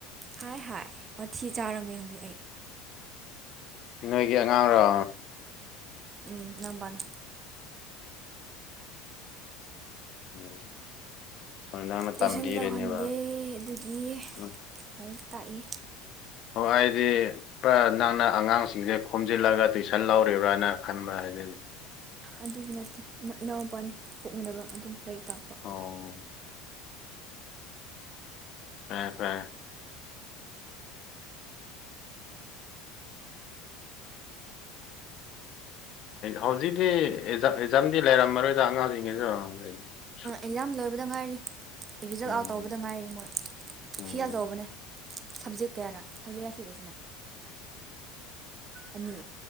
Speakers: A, on the right; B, on the left.
A: ꯍꯥꯏ ꯍꯥꯏ ꯋꯥꯊꯤ ꯆꯥꯔꯝꯃꯦ ꯑꯩ ꯍꯧꯖꯤꯛ
B: ꯅꯣꯏꯒꯤ ꯑꯉꯥꯡꯔꯣ
A: ꯎꯝ ꯢꯅꯥꯎꯕꯅꯦ
B: ꯎꯝ ꯅꯪꯅ
A: ꯇꯨꯏꯁꯟ
B: ꯇꯝꯕꯤꯔꯤꯅꯦꯕ
A: ꯂꯧꯍꯟꯗꯦ ꯑꯗꯨꯒꯤ
B: ꯎꯝ
A: ꯂꯥꯏꯔꯤꯛ ꯇꯥꯛꯏ
B: ꯍꯣꯏ ꯑꯩꯗꯤ ꯄꯨꯔ ꯅꯪꯅ ꯑꯉꯥꯡꯁꯤꯡꯁꯦ ꯈꯣꯝꯖꯤꯜꯂꯒ ꯇꯨꯏꯁꯟ ꯂꯧꯔꯤꯕ꯭ꯔꯥꯅ ꯈꯟꯕ ꯑꯩꯗꯤ
A: ꯑꯗꯨꯒꯤ ꯅꯠꯇꯦ ꯏꯅꯥꯎꯄꯥꯅꯦ ꯄꯣꯛꯃꯤꯟꯅꯕ ꯑꯗꯨꯝ ꯂꯥꯏꯔꯤꯛ ꯇꯥꯛꯄ
B: ꯑꯣ ꯐꯥꯏ ꯐ꯭ꯔꯥꯏꯦ ꯍꯧꯖꯤꯛꯀꯤ ꯑꯦꯛꯖꯥꯝꯗꯤ ꯂꯩꯔꯝꯃꯔꯣꯏꯗ ꯑꯉꯥꯡꯁꯤꯡꯩꯁꯨ
A: ꯑꯦꯛꯖꯥꯝ ꯂꯣꯏꯕꯗ ꯉꯥꯏꯔꯤ ꯔꯤꯖꯜꯠ
B: ꯎꯝ
A: ꯑꯥꯎꯠ ꯇꯧꯕꯗ ꯉꯥꯏꯔꯤ ꯃꯣꯏ
B: ꯎꯝ
A: ꯐꯦꯜ ꯇꯧꯕꯅꯦ ꯁꯞꯖꯦꯛ ꯀꯌꯥꯔ ꯁꯕꯖꯦꯛ ꯌꯥꯌꯥ ꯐꯤꯔꯏꯁꯤꯅ ꯑꯅꯤ